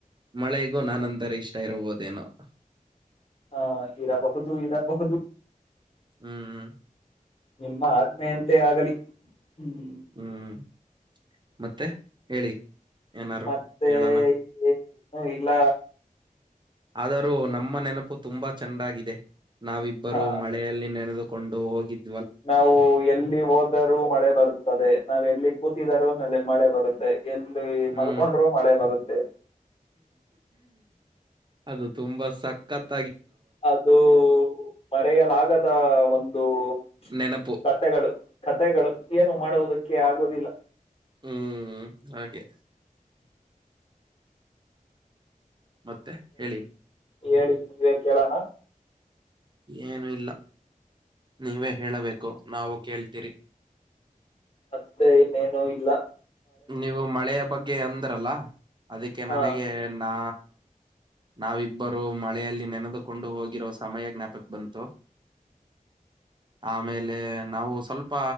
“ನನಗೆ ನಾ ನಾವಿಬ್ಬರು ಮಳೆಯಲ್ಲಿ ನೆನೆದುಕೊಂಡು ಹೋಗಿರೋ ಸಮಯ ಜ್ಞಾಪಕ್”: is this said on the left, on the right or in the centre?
Right